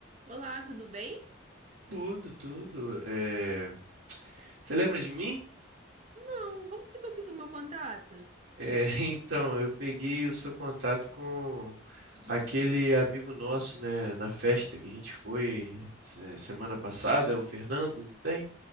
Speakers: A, on the right (about 35°); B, on the right (about 75°).
A: Olá, tudo bem?
B: Tudo, tudo. É, Você lembra de mim?
A: Não, como você conseguiu meu contato?
B: É, <laughs> Então, eu peguei o seu contato com aquele amigo nosso, né, na festa que a gente foi se- semana passada, o Fernando, não tem?